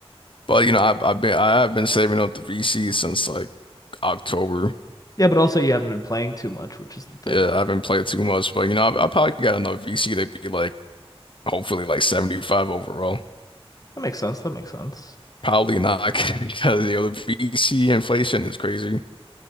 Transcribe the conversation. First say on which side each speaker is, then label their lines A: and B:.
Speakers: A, on the left; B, on the left.
A: But you know I've I've been I have been saving up the VC since like October.
B: yeah. But also you haven't been playing too much, which is the thing.
A: Yeah, I haven't played too much, but you know I, I probably got enough VC to be like hopefully like 75 overall.
B: That makes sense. That makes sense.
A: Probably not <laughs> because you know the VC inflation is crazy.